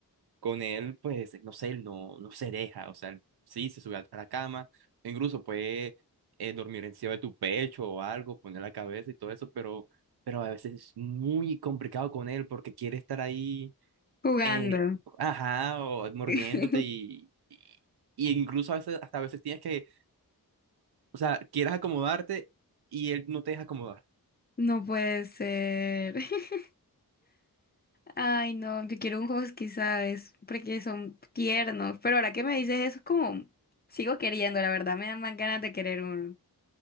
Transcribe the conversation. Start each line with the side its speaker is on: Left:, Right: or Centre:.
Right: con él, pues, no sé, él no, no se deja, o sea, él sí, se sube a a la cama, incluso puede eh, dormir encima de tu pecho o algo, poner la cabeza y todo eso, pero, pero a veces es muy complicado con él porque quiere estar ahí,
Left: Jugando.
Right: eh, ajá, o mordiéndote
Left: <laughs>
Right: y, y, y incluso a veces, hasta a veces tienes que, o sea, quieres acomodarte y él no te deja acomodar.
Left: No puede ser. <laughs> Ay, no, yo quiero un husky, ¿sabes? Porque son tiernos, pero ahora que me dices eso es como, sigo queriendo, la verdad, me dan más ganas de querer uno.